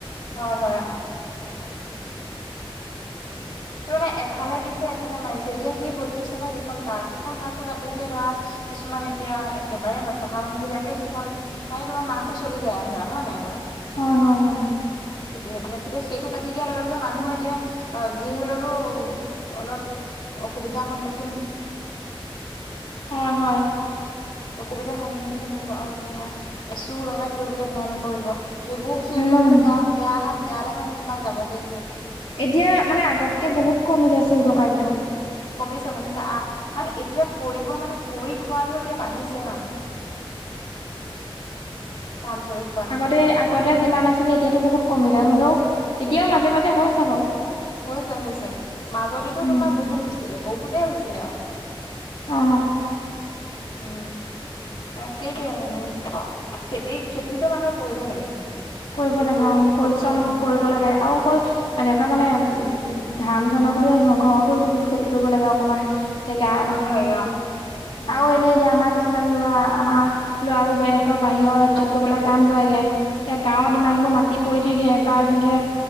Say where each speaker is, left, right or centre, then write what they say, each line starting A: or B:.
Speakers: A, on the left; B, on the left.
A: হয় হয় অ'। তাৰ মানে এফালে দিছে এফালে মাৰিছে, এতিয়া সেই পইত্ৰিছ টকা যিখন কাৰ্ড সেইখন কাৰ্ডটো কাটিলে ধৰা- কিছুমান এতিয়া একেবাৰে নথকা মানুহ বিলাকে সেইখন পায় তোমাৰ মাহটো চলি যায় ধৰা, হয় নাই বাৰু।
B: হয় হয় হয়।
A: যিহে তুৱে সেইটো কাটি দিয়াৰ লগে লগে মানুহৰ এতিয়া আ যি হলেওতো অলপ অসুবিধা সন্মুখ-
B: হয় হয়।
A: অসুবিধাৰ সন্মুখীন হব আৰু তোমাৰ চুৰ ডকাইত কৰিবলৈ ভয় নক- কৰিব এইবোৰ সেইবিলাক
B: উম
A: বেয়া বেয়া বেয়ালৈ মানে তোমাক যাব গৈ সেইটো।
B: এতিয়া মানে আগতকৈ বহুত কমিলে চোৰ- ডকাইটো।
A: কমিছে, কমিছে আহ মানে এতিয়া কৰিব মানে কৰি খোৱাতটো এতিয়া বাঢ়িছে ন?
B: <inaudible> <unintelligible>
A: কাম কৰি খোৱাটো
B: আগতে আগতে যিমান আছিলে এতিয়াতো বহুত কমিলে হ'লেও এতিয়াও মাজে মাজে হৈছে আকৌ -
A: হৈছে হৈছে মাজতেটো
B: উম
A: তোমাৰ বহুত হৈছিলে বহুতেই হৈছিলে অঁ।
B: অ
A: উম। <unintelligible> <unintelligible> <unintelligible> <unintelligible> <unintelligible> কৰিব লাগে
B: কৰিব
A: খেতি
B: লাগে
A: কৰি
B: অঁ পৰিশ্ৰম
A: উম
B: কৰিব লাগে আৰু অকল এবাৰ মানে- উ ধান জানা বুলিয়ে নহয় ঘৰতো ইটো সিটো খেতি কৰিব লাগে অকমান জেগা
A: কৰিব
B: মানে ধুনীয়াকৈ,
A: লাগে অ উম
B: আও এনেই এতিয়া আমাৰ - কিছুমান লৰা আমাৰ লৰাবোৰ বেলেগত বাহিৰৰ ৰাজ্যত
A: বাহিৰত
B: গৈ
A: আছে
B: কাম কৰেগৈ
A: অ
B: এ গাওঁত ইমানবোৰ মাত- টিপ পৰি থাকে বা তেনেকে